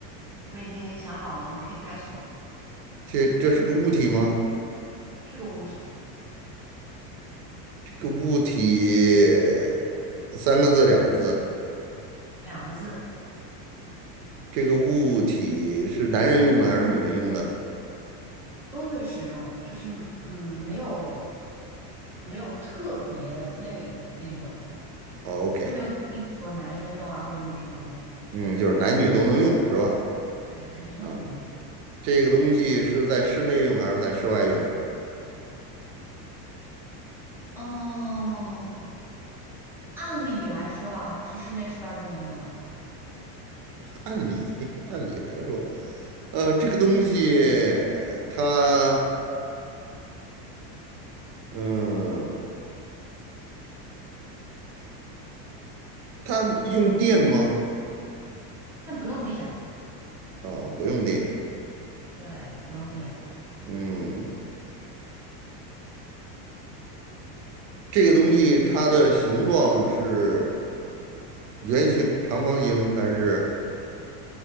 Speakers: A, in the centre; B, on the right (about 55°).
A: 我已经想好了，你可以开始了。
B: 这这是个物体吗？
A: 是个物体，
B: 这个物体三个字两个字，
A: 两个字，
B: 这个物体是男人用的还是女人用的
A: 都会使用，就是嗯，没有没有特别类的那种，
B: 哦？OK，
A: 就没有一定说男生用啊或者女生用，
B: 嗯，就是男女都能用是吧？
A: 对，男女都能用。
B: 啊，这个东西是在室内用还是在室外用？
A: 哦，按理来说啊，它是室内室外都能用的，
B: 按理 <laughs> 按理来说，呃，这个东西它。嗯，它用电吗？
A: 嗯，它不用电，
B: 啊，不用电。
A: 对，不用电，
B: 嗯，这个东西它的形状是圆形、长方形，还是